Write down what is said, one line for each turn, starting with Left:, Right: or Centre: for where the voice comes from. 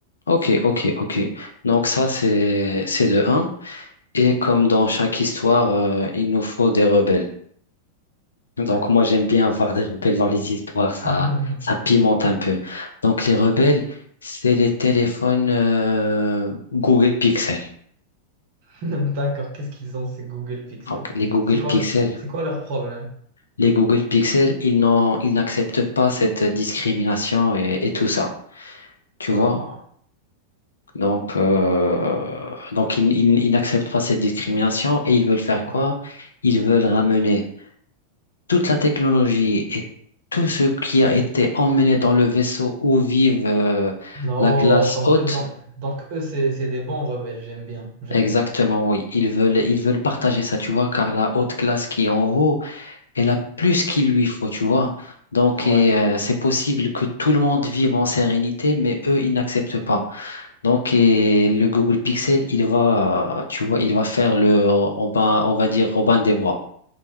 Left: Ok, ok, ok. Donc ça, c'est, c'est de un. Et comme dans chaque histoire, euh, il nous faut des rebelles. Donc
Right: D'accord.
Left: moi j'aime bien avoir des rebelles dans les histoires, ça
Right: <laughs>
Left: ça pimente un peu. Donc les rebelles, c'est les téléphones euh, Google Pixel.
Right: D'accord, qu'est-ce qu'ils ont, ces Google Pixel?
Left: Donc les Google
Right: C'est quoi
Left: Pixel,
Right: le, c'est quoi leur problème?
Left: les Google Pixel, ils n'ont ils n'acceptent pas cette discrimination et, et tout ça, tu
Right: Ah,
Left: vois? Donc euh, donc ils, ils, ils n'acceptent pas cette discrimination et ils veulent faire quoi?
Right: ouais.
Left: Ils veulent ramener toute la technologie et tout ce qui a été emmené dans le vaisseau où vivent euh,
Right: Non,
Left: la classe
Right: donc,
Left: haute,
Right: donc, donc eux, c'est c'est des bons rebelles, j'aime bien, j'aime
Left: exactement,
Right: bien.
Left: oui, ils veulent, ils veulent partager ça, tu vois, car la haute classe qui est en haut, elle a plus qu'il lui faut, tu vois. Donc,
Right: Ouais,
Left: et, euh, c'est possible que tout le monde vive en sérénité, mais eux, ils n'acceptent pas. Donc, et le Google Pixel, il va, tu vois, il va faire le, on va, on va dire Robin des Bois.